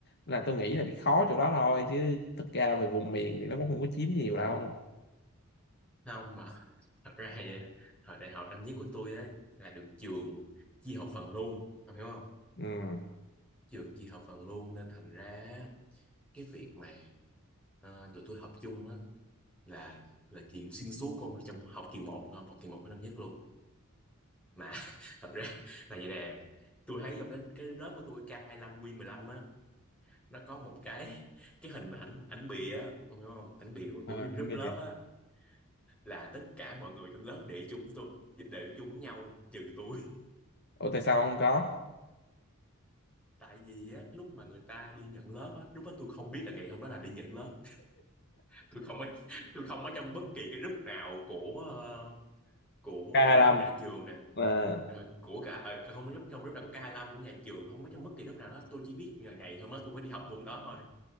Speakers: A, on the left; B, in the centre.
A: là tôi nghĩ là bị khó chỗ đó thôi chứ thực ra về vùng miền thì nó cũng không có chiếm nhiều đâu
B: không mà thật ra vậy hồi đại học năm nhất của tôi ấy là được trường chia học phần luôn ông hiểu không
A: Ừ.
B: trường chia học phần luôn nên thành ra cái việc mà ờ, tụi tôi học chung á là là chuyện xuyên suốt luôn trong học kỳ một ngon học kỳ một của năm nhất luôn mà <laughs> thật ra là vậy nè tôi thấy trong cái cái rớt của tôi K25 mười lăm á nó có một cái cái hình ảnh ảnh bìa á ông hiểu không ảnh bìa của, của
A: À, bánh
B: group
A: bì.
B: lớp á là tất cả mọi người trong lớp để chúng tôi để chúng nhau trừ tôi
A: Ủa tại sao không có?
B: tại vì á lúc mà người ta đi nhận lớp á lúc đó tôi không biết là ngày hôm đó là đi nhận lớp tôi không có tôi không có trong bất kỳ cái group nào của ờ, của
A: K25.
B: nhà trường nè
A: À.
B: rồi của cả ờ, không có group trong group nào của ca k lăm của nhà trường không có trong bất kỳ group nào đó tôi chỉ biết là ngày hôm đó tôi phải đi học môn đó thôi